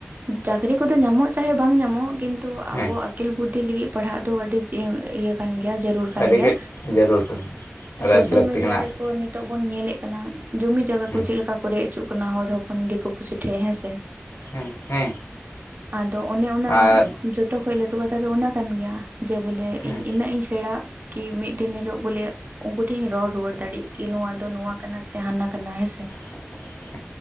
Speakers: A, on the right; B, on the left.
A: ᱪᱟᱹᱠᱨᱤ ᱠᱚᱫᱚ ᱧᱟᱢᱚᱜ ᱪᱟᱦᱮ ᱵᱟᱝ ᱧᱟᱢᱚᱜᱼᱟ ᱠᱤᱱ ᱛᱚ ᱟᱵᱚ
B: ᱦᱮᱸ
A: ᱟᱹᱠᱤᱞ ᱵᱩᱫᱽᱫᱷᱤ ᱞᱟᱹᱜᱤᱫ ᱯᱟᱲᱦᱟᱜ ᱫᱚ ᱟᱹᱰᱤ ᱤᱭᱟᱹ ᱠᱟᱱ ᱜᱮᱭᱟ ᱡᱟᱹᱨᱩᱲ ᱠᱟᱱ
B: ᱟᱹᱰᱤᱜᱮ
A: ᱜᱮᱭᱟ
B: ᱡᱟᱹᱨᱩᱲ ᱠᱟᱱᱟ ᱟᱨ
A: ᱥᱳᱥᱟᱞ
B: ᱟᱹᱰᱤ ᱞᱟᱹᱠᱛᱤ
A: ᱢᱤᱰᱤᱭᱟ
B: ᱠᱟᱱᱟ ᱟᱨ
A: ᱨᱮᱠᱚ ᱱᱤᱛᱳᱜ ᱵᱚᱱ ᱧᱮᱞᱮᱫ ᱠᱟᱱᱟ ᱡᱩᱢᱤ ᱡᱟᱭᱜᱟ
B: ᱦᱮᱸ
A: ᱠᱚ ᱪᱮᱫᱞᱮᱠᱟ ᱠᱚ ᱨᱮᱜ ᱦᱚᱪᱚᱜ ᱠᱚ ᱦᱚᱯᱚᱱ ᱫᱤᱠᱩ ᱯᱩᱥᱤ ᱴᱷ ᱦᱮᱸ ᱥᱮ
B: ᱦᱮᱸ ᱦᱮᱸ
A: ᱟᱫᱚ ᱚᱱᱮ ᱚᱱᱟ
B: ᱟᱨ
A: ᱡᱚᱛᱚ ᱠᱷᱚᱡ ᱞᱟᱹᱴᱩ <inaudible> <unintelligible> ᱚᱱᱟ ᱠᱟᱱ ᱜᱮᱭᱟ ᱡᱮ ᱵᱚᱞᱮ
B: ᱦᱮᱸ
A: ᱤᱧ ᱤᱱᱟᱹᱜ ᱤᱧ ᱥᱮᱬᱟᱜ ᱠᱤ ᱢᱤᱫ ᱫᱤᱱ ᱦᱤᱞ ᱵᱚᱞᱮ ᱩᱱᱠᱩ ᱴᱷᱮᱱ ᱤᱧ ᱨᱚᱲ ᱨᱩᱣᱟᱹᱲ ᱫᱟᱲᱮᱜ ᱠᱤ ᱱᱚᱣᱟ ᱫᱚ ᱱᱚᱣᱟ ᱠᱟᱱᱟ ᱥᱮ ᱦᱟᱱᱟ ᱠᱟᱱᱟ ᱦᱮᱸᱥᱮ
B: <inaudible>